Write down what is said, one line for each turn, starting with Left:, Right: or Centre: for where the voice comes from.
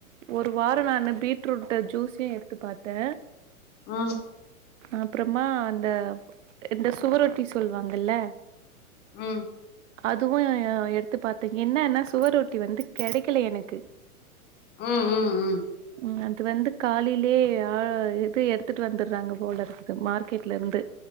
Right: ஒரு வாரோ நானு பீட்ரூட்டு ஜூஸயு எடுத்து பாத்தே
Left: ம்
Right: அப்றமா அந்த இந்த சுவரொட்டி சொல்வாங்கல்ல
Left: ம்
Right: அதுவு எடுத்து பாத்தே என்னன்னா சுவரொட்டி வந்து கெடைக்கல எனக்கு
Left: ம் ம் ம்
Right: ம் அது வந்து காலைலலே ஆ இது எடுத்துட்டு வந்துடுறாங்க போலருக்கு இது மார்க்கெட்ல இருந்து